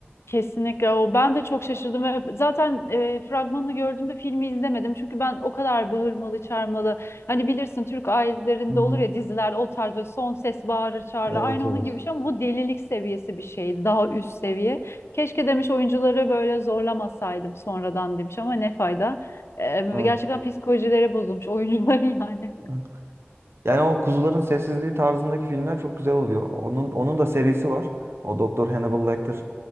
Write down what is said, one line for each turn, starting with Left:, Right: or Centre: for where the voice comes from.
Left: Kesinlikle o. Ben de çok şaşırdım ve zaten e, fragmanını gördüğümde filmi izlemedim. Çünkü ben o kadar bağırmalı, çağırmalı. Hani bilirsin Türk ailelerinde
Right: Hı-hı.
Left: olur ya dizilerde o tarz böyle son ses bağırır çağırır.
Right: Evet
Left: Aynı
Right: evet.
Left: onun gibi bir şey ama bu delilik seviyesi bir şeydi. Daha üst seviye. Keşke demiş oyuncuları böyle zorlamasaydım sonradan demiş ama ne fayda. E,
Right: Evet.
Left: gerçekten psikolojileri bozulmuş oyuncuların yani.
Right: Hı. Yani o Kuzuların Sessizliği tarzındaki filmler çok güzel oluyor. Onun onun da serisi var. O Doktor Hannibal Lecter